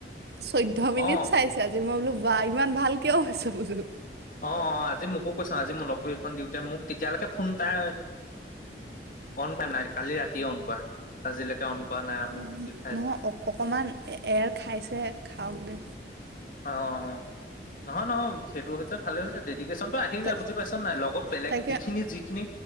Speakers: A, on the right (about 70°); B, on the left (about 50°).
A: চৈধ্য মিনিট
B: অ
A: চাইছা আজি মই বোলো, বা ইমান ভাল কিয় হৈছ? <unintelligible>
B: অ' - অ' আজি মোকো কৈছে। আজি মোক লগ কৰিখন দিওঁতে মোক তেতিয়ালৈকে ফোন তাই অন কৰাৱা নাই কালি ৰাতিয়ে অন কৱা আজিলৈকে অন কৰা নাই মোক
A: অ
B: লিখাইছে
A: নহয় অ অকমান এৰ খাইছে খাওক দে
B: অ অ নহয় নহয় সেইটো হৈছে ভালে হৈছে দে দেদিকেচনটো আহি
A: তাই
B: যায় বুজি পাইছ নে নাই লগত বেলেগ
A: তাকে
B: ইখিনি যিখিনি